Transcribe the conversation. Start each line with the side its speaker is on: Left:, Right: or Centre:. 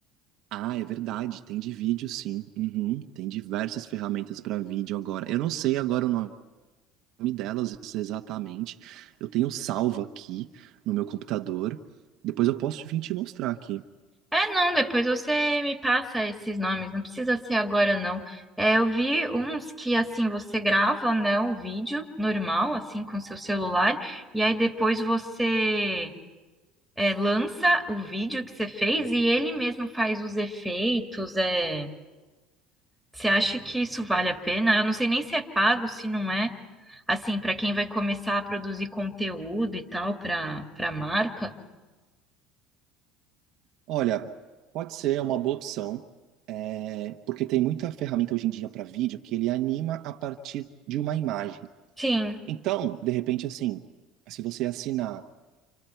Right: Ah, é verdade, tem de vídeo, sim. Uhum. Tem diversas ferramentas para vídeo agora. Eu não sei agora o nome delas exatamente. Eu tenho salvo aqui no meu computador. Depois eu posso vir te mostrar aqui.
Centre: É, não, depois você me passa esses nomes, não precisa ser agora, não. É, eu vi uns que, assim, você grava, né, um vídeo normal, assim, com seu celular, e aí depois você é, lança o vídeo que você fez e ele mesmo faz os efeitos. É... Você acha que isso vale a pena? Eu não sei nem se é pago, se não é. Assim, para quem vai começar a produzir conteúdo e tal para para marca.
Right: Olha, pode ser é uma boa opção, é, porque tem muita ferramenta hoje em dia para vídeo que ele anima a partir de uma imagem.
Centre: Sim.
Right: Então, de repente, assim, se você assinar